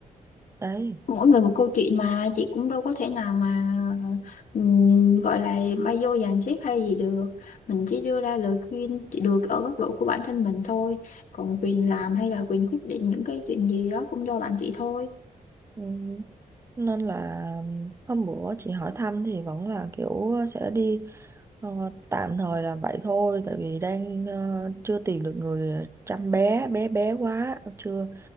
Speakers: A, on the right; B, on the left.
A: đấy
B: mỗi người một câu chuyện mà chị cũng đâu có thể nào mà ừm, gọi là bay vô dàn xếp hay gì được mình chỉ đưa ra lời khuyên chỉ được ở góc độ của bản thân mình thôi còn quyền làm hay là quyền quyết định những cái chuyện gì đó cũng do bạn chị thôi
A: Ừ. Nên là hôm bữa chị hỏi thăm thì vẫn là kiểu sẽ đi ờ, tạm thời là vậy thôi tại vì đang ờ, chưa tìm được người chăm bé bé bé quá chưa